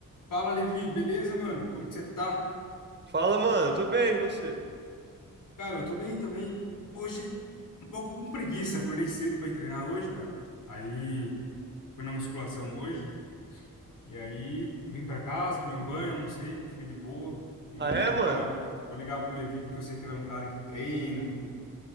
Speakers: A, on the left (about 70°); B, on the right (about 30°).
A: Fala, Levi, beleza, mano? Como que você tá?
B: Fala, mano, tô bem, e você?
A: Cara, eu tô bem também. Hoje, um pouco com preguiça, acordei cedo pra ir treinar hoje, cara. Aí, fui na musculação hoje, e aí vim pra casa, tomei um banho, almocei, fiquei de boa. E
B: Ah,
A: eu
B: é,
A: falei,
B: mano?
A: cara, vou, vou ligar pro Levi, porque eu sei que ele é um cara que treina, que,